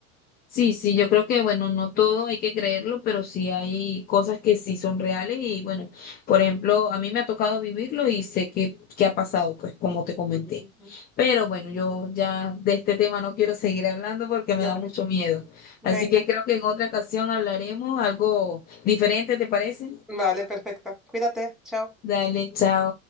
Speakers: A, on the left; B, in the centre.
A: Sí, sí, yo creo que, bueno, no todo hay que creerlo, pero sí hay cosas que sí son reales y, bueno, por ejemplo, a mí me ha tocado vivirlo y sé que, que ha pasado, pues, como te comenté.
B: Ujú.
A: Pero bueno, yo ya de este tema no quiero seguir hablando porque
B: Vale.
A: me da mucho miedo.
B: Venga.
A: Así que creo que en otra ocasión hablaremos algo diferente, ¿te parece?
B: Vale, perfecto. Cuídate, chao.
A: Dale, chao.